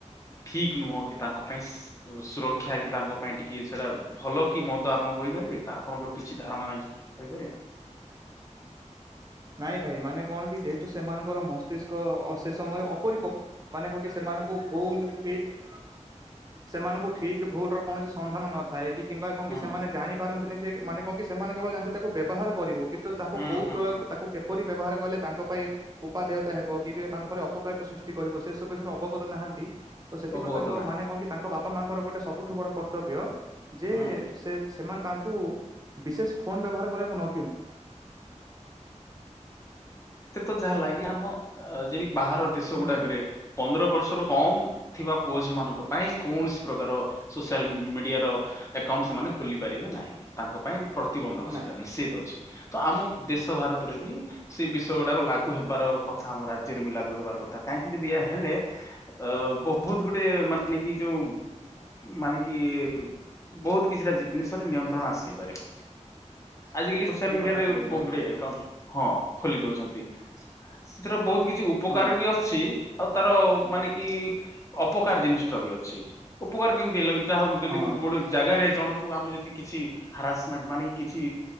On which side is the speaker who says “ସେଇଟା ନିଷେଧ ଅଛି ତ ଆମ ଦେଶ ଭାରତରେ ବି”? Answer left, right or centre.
Left